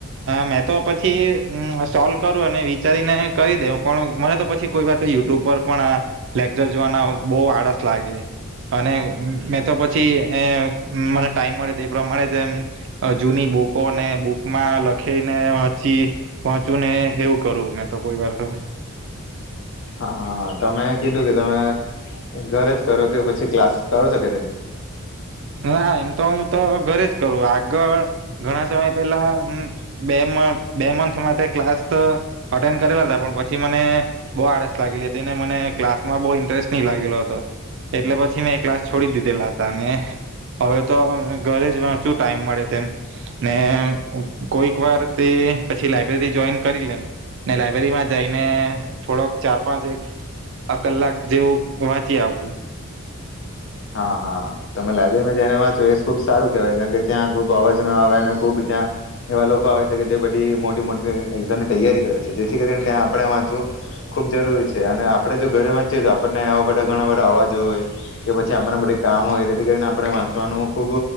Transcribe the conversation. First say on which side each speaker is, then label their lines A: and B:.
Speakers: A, on the right; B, on the left.
A: મેં તો પછી હમ્મ સોલ્વ કરું અને વિચારીને કરી દેઉ પણ મને તો પછી કોઈ વાત યુટ્યુબ પર પણ, આ લેક્ચર જોવાના બહુ આળસ લાગે અને મેં તો પછી એ મને ટાઈમ મળે તે પ્રમાણે જ એમ જૂની બુકોને બુકમાં લખીને વાચી વાચું ને એવું કરું, મેં તો કોઈ વાર તો.
B: હા, હા. તમે કીધું કે તમે ઘરેજ કરો કે પછી ક્લાસ કરો શકે તે
A: હા, હા. એમ તો હું તો ઘરે જ કરું. આગળ ઘણા સમય પહેલા હમ્મ બે મ બે મંથ માટે ક્લાસ તો અટેન્ડ કરેલા હતા. પણ પછી મને બહુ આળસ લાગેલી હતી, એને મને ક્લાસ માં બહુ ઇન્ટરેસ્ટ નહી લાગેલો હતો. એટલે પછી મેં એ ક્લાસ છોડી દી દેવ લાતા ને હવે તો ઘરે જ વાંચું ટાઈમ મળે તેમ. ને અહ કોઈક વાર તે પછી લાઈબ્રેરી જોઈન કરી લે. ને લાઈબ્રેરીમાં જઈને થોડોક ચાર પાંચ એક કલાક જેવું વાંચી આવું.
B: હા, હા. તમે લાયબ્રેરીમાં જઈને વાંચો એ ખુબ સારું કહેવાય. કારણ કે, ત્યાં ખુબ અવાજ ન આવે અને ખુબ ત્યાં એવા લોકો આવે છે કે તે બધી મોટી-મોટી એક્ઝામની તૈયારી કરે છે. જેથી કરીને ત્યાં આપણે વાંચવું ખુબ જરૂરી છે, અને આપણે જો ઘરે વાંચીએ તો આપણને આવા બધા ઘણા બધા અવાજ હોય કે પછ ચા આપણને બધી કામ હોય, તેથી કરીને આપણે વાંચવાનું ખૂબ